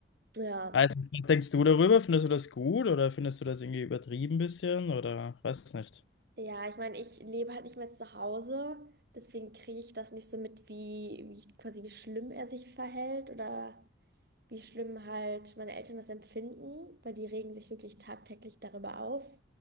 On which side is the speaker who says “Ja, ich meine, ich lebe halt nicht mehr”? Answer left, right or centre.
Right